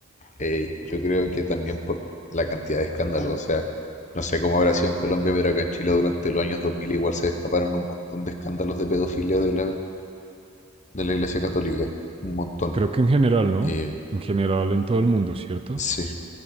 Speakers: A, on the left (about 35°); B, on the right (about 25°).
A: Eh, yo creo que también por la cantidad de escándalos. O sea, no sé cómo habrá sido en Colombia, pero acá en Chile durante los años dos mil. igual se destaparon un montón de escándalos de pedofilia de la, de la Iglesia Católica. Un montón.
B: Creo que en general, ¿no?
A: Eh,
B: En general en todo el mundo, ¿cierto?
A: sí.